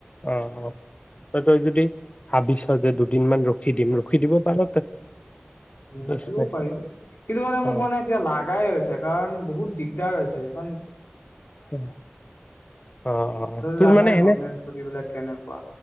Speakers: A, on the left (about 30°); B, on the left (about 60°).
A: অ', অ', তই যদি ভাবিছ যে, দুদিন মান ৰখি দিম, ৰখি দিব পাৰ তই। কেচ
B: ৰাখিবও
A: নাই
B: পাৰি কিন্তু মানে মোক
A: অ
B: মানে এতিয়া লাগাই হৈছে কাৰণ বহুত দি দিগদাৰ হৈছে এখন
A: অ অ
B: তই
A: তোৰ
B: জানই
A: মানে
B: গভমেন্ট
A: এনে
B: স্কুটি বিলাক কেনেকুৱা